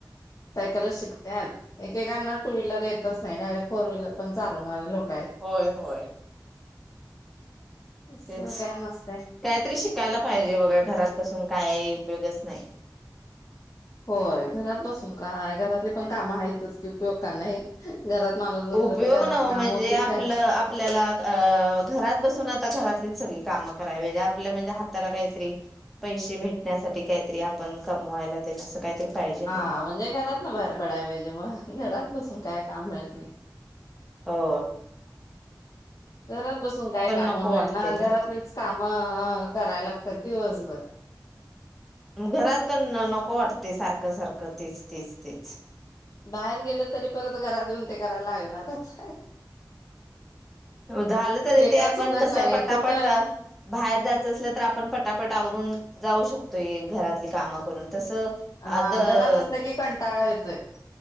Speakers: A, on the left; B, in the centre.
A: सायकलचं शिकत्यात, एकेकांना टू व्हीलर येतच नाही ना फोर व्हीलर पण चालवणारी लोक. आहेत.
B: होय होय.
A: असं
B: तेच
A: काय नसतंय
B: कायतरी शिकायला पाहिजे बघा घरात बसून काही उपयोगच नाही.
A: होय घरात बसून काय घरातले पण काम आहेतच का नाही. घरात माणूस नसलं
B: उपयोग
A: तर घरातली
B: न
A: कामं
B: म्हणजे
A: होतील
B: आपलं
A: काय
B: आपल्याला अ घरात बसून आता घरातलीच सगळी काम करावी आपल्या म्हणजे हाताला काहीतरी पैसे भेटण्यासाठी काहीतरी आपण कमवायला त्याच्या अस काहीतरी पाहिजे ना
A: हा म्हणजे घरातन बाहेर पडायला पाहिजे मग घरात बसून काय काम मिळत नाही.
B: हो.
A: घरात बसून काय काम
B: नको
A: मिळणार
B: वाटते
A: घरातलेच
B: ना
A: कामं कराया लागतात दिवसभर
B: घरात पण नको वाटते सारखं सारखं तेच तेच तेच
A: बाहेर गेलं तरी परत घरात येऊन ते करायला लागणारच.
B: झालं तरी ते
A: काय
B: आपण
A: चुकत
B: कसं
A: नाही
B: पटापट
A: कुठं
B: बाहेर जायचं असलं तर आपण पटापट आवरून जाऊ शकतोय घरातली कामं करून तसं
A: हा
B: अ
A: घरात असलं की कंटाळा येतोय.